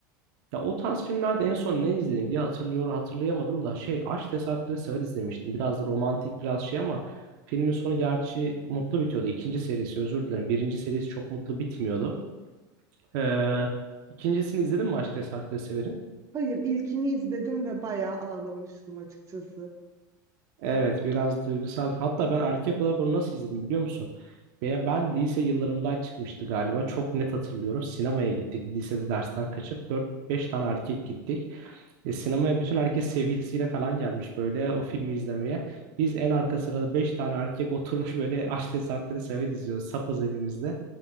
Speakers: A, on the right (about 65°); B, on the right (about 30°).
A: Ya o tarz filmlerde en son ne izledim diye hatırlıyor hatırlayamadım da şey Aşk Tesadüfleri sever izlemiştim. Biraz da romantik biraz şey ama filmin sonu gerçi mutlu bitiyordu. İkinci serisi özür dilerim. Birinci serisi çok mutlu bitmiyordu. Ee, ikincisini izledin mi Aşk Tesadüfleri Sever'in?
B: Hayır, ilkini izledim ve bayağı ağlamıştım açıkçası.
A: Evet biraz duygusal. Hatta ben erkek olarak onu nasıl izledim biliyor musun? Ben, ben lise yıllarımda çıkmıştı galiba. Çok net hatırlıyorum. Sinemaya gittik. Lisede dersten kaçıp dört beş tane erkek gittik. E, sinemaya bütün herkes sevgilisiyle falan gelmiş böyle o filmi izlemeye. Biz en arka sırada 5 tane erkek <laughs> oturmuş böyle Aşk Sarpları Sever izliyoruz sapız evimizde.